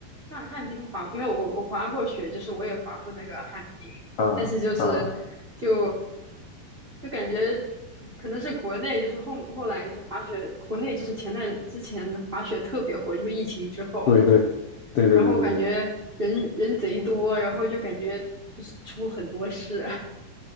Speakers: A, on the right; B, on the left.
A: 旱旱冰滑，没有，我我滑过雪，就是我也滑过那个旱冰，
B: 啊啊，
A: 但是就是就就感觉可能是国内就是后后来就是滑雪，国内就是前段之前滑雪特别火，就是疫情之后。
B: 对对对对对对对，
A: 然后感觉人人贼多，然后就感觉就是出了很多事。